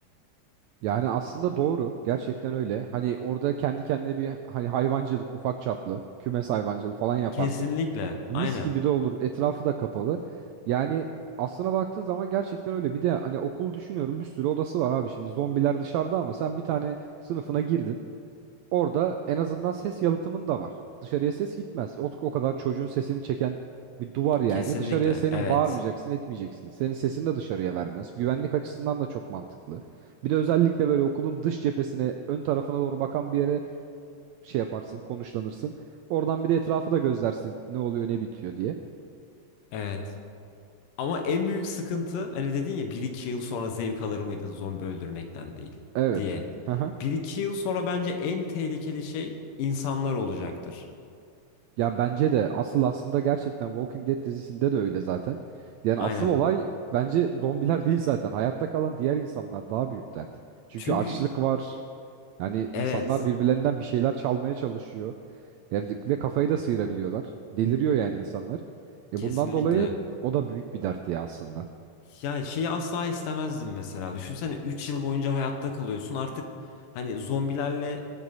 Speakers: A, on the right (about 85°); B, on the left (about 85°).
A: Yani aslında doğru. Gerçekten öyle. Hani orada kendi kendine bir hani hayvancılık ufak çaplı, kümes hayvancılığı falan yaparsın.
B: Kesinlikle. Aynen.
A: Mis gibi de olur. Etrafı da kapalı. Yani aslına baktığın zaman gerçekten öyle. Bir de hani okul düşünüyorum bir sürü odası var abi şimdi. Zombiler dışarıda ama sen bir tane sınıfına girdin. Orada en azından ses yalıtımın da var. Dışarıya ses gitmez. O, o kadar çocuğun sesini çeken bir duvar yani.
B: Kesinlikle.
A: Dışarıya senin
B: Evet.
A: bağırmayacaksın, etmeyeceksin. Senin sesini de dışarıya vermez. Güvenlik açısından da çok mantıklı. Bir de özellikle böyle okulun dış cephesine, ön tarafına doğru bakan bir yere şey yaparsın, konuşlanırsın. Oradan bir de etrafı da gözlersin ne oluyor, ne bitiyor diye.
B: Evet. Ama en büyük sıkıntı hani dedin ya bir iki yıl sonra zevk alır mıydın zombi öldürmekten değil
A: Evet.
B: diye.
A: Hı hı.
B: bir iki yıl sonra bence en tehlikeli şey insanlar olacaktır.
A: Ya bence de asıl aslında gerçekten Walking Dead dizisinde de öyle zaten. Yani
B: Aynen.
A: asıl olay bence zombiler <laughs> değil zaten. Hayatta kalan diğer insanlar daha büyük dert. Çünkü
B: Çünkü
A: açlık var. Yani
B: Evet,
A: insanlar birbirlerinden bir şeyler çalmaya çalışıyor. Ya ve ve kafayı da sıyırabiliyorlar. Deliriyor yani insanlar. E
B: kesinlikle.
A: bundan dolayı o da büyük bir dert ya aslında.
B: Yani şeyi asla istemezdim mesela. Düşünsene 3 yıl boyunca hayatta kalıyorsun. Artık hani zombilerle